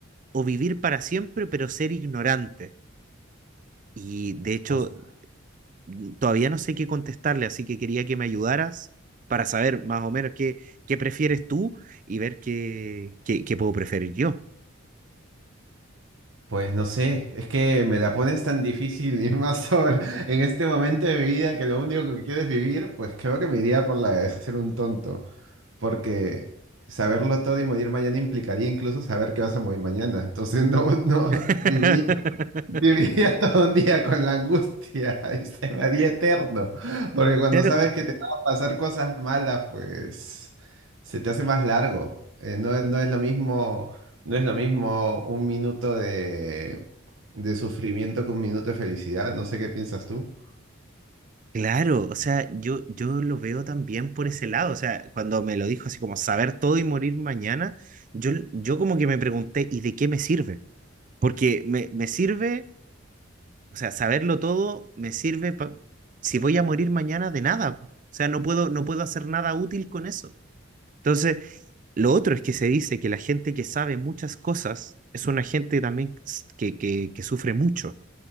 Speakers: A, on the right; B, on the right.
A: o vivir para siempre pero ser ignorante? Y de hecho,
B: o sea,
A: n- todavía no sé qué contestarle, así que quería que me ayudaras para saber más o menos qué, qué prefieres tú y ver qué, qué, qué puedo preferir yo.
B: pues no sé, es que me la pones tan difícil <laughs> y más ahora, en este momento de mi vida que lo único que quiero es vivir, pues creo que me iría por la de ser un tonto, porque saberlo todo y morir mañana implicaría incluso saber que vas a morir mañana. Entonces <laughs> no, no,
A: <laughs>
B: viviría Viviría <laughs> todo un día con la angustia <laughs> y se me haría eterno, porque cuando
A: Claro,
B: sabes que te van a pasar cosas malas, pues se te hace más largo. Eh, no, no es lo mismo, no es lo mismo un minuto de, de sufrimiento que un minuto de felicidad. No sé qué piensas tú.
A: Claro, o sea, yo, yo lo veo también por ese lado, o sea, cuando me lo dijo así como saber todo y morir mañana, yo, yo como que me pregunté, ¿y de qué me sirve? Porque me, me sirve, o sea, saberlo todo me sirve pa- si voy a morir mañana de nada, o sea, no puedo, no puedo hacer nada útil con eso. Entonces, lo otro es que se dice que la gente que sabe muchas cosas es una gente también que, que, que sufre mucho.